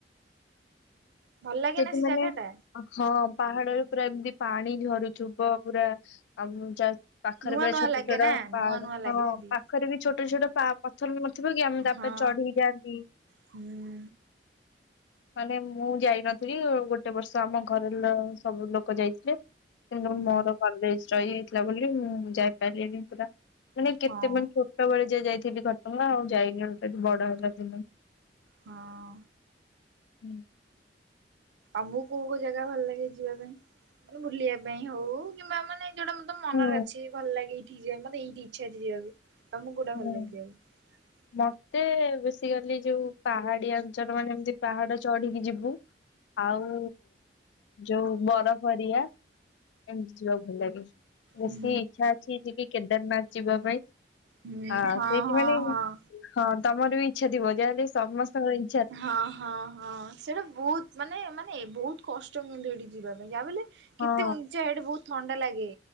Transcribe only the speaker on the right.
ଭଲ ଲାଗେ
ନା ସେ
ଜାଗା ଟା
ନୂଆ
ନୂଆ
ଲାଗେ
ନା
ନୂଆ ନୂଆ ଲାଗେ
ସେଠି।
ହଁ
ହଁ ହୁଁ
ହୁଁ
ହଁ
ହଁ।
ଆମକୁ କୋଉ କୋଉ ଜାଗା ଭଲ ଲାଗେ ଯିବା ପାଇଁ ମାନେ ବୁଲିବା ପାଇଁ ହଉ କିମ୍ବା ମାନେ ଯୋଉଟା ମ ତମ ମନରେ
ଅଛି ଭଲଲାଗେ ଏଇଠିକି ଜିବା ମାନେ ଏଇଠିକି ଇଚ୍ଛାଅଛି ଯିବାକୁ ତମକୁ କଉଟା
ଭଲ ଲାଗେ ଯିବାକୁ। ହଁ।
ହୁଁ
ହୁଁ
ହଁ
ହଁ
ହଁ।
ହଁ ହଁ ହଁ ସେଇଟା ବହୁତ ମାନେ ମାନେ ବହୁତ କଷ୍ କଉ ମନ୍ଦିର ଗୋଟେ ଯିବା ପାଇଁ ଯାହାବି ହେଲେ
କେତେ ଉଞ୍ଚା ହେଠେ ବହୁତ ଥଣ୍ଡା ଲାଗେ।